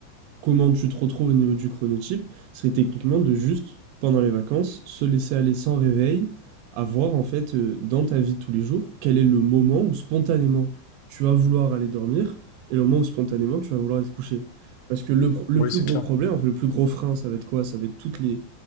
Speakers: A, on the right; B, on the left.
A: comment tu te retrouves au niveau du chronotype, serait techniquement de juste, pendant les vacances, se laisser aller sans réveil, à voir en fait euh, dans ta vie de tous les jours quel est le moment où spontanément tu vas vouloir aller dormir et le moment où spontanément tu vas vouloir aller te coucher. Parce que le, pro- le
B: Oui,
A: plus
B: c'est
A: gros
B: clair.
A: problème, en fait, le plus gros frein, ça va être quoi? Ça va être toutes les,